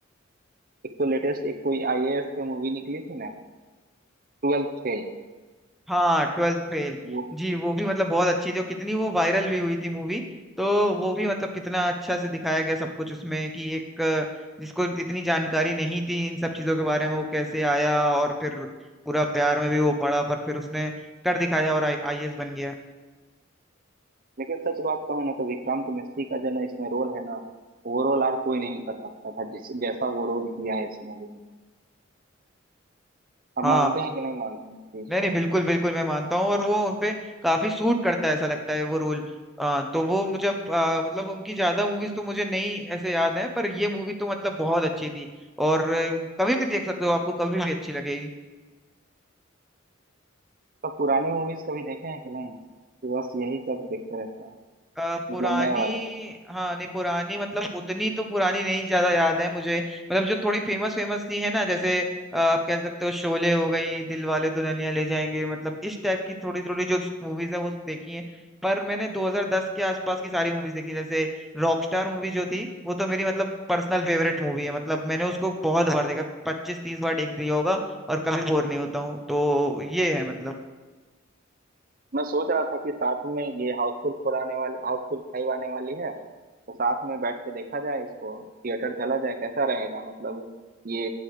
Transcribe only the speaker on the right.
एक तो लेटेस्ट एक कोई आईएएस पे मूवी निकली थी ना ट्वेल्थ फेल
वो
लेकिन सच बात कहूं ना तो विक्रांत मिश्री का जो ना इसमें रोल है ना वो रोल और कोई नहीं कर सकता था जिस जैसा वो रोल किया है इस मूवी में अब
मानते हैं कि नहीं मानते हैं इस चीज
को
तो पुरानी मूवीज कभी देखे हैं कि नहीं तो बस यही सब देखते रहते हैं
मतलब नए वाले
मैं सोच रहा था कि साथ में ये हाउसफुल फोर आने वाली हाउसफुल फाइव आने वाली है तो साथ में बैठ के देखा जाए इसको थिएटर चला जाए कैसा रहेगा मतलब ये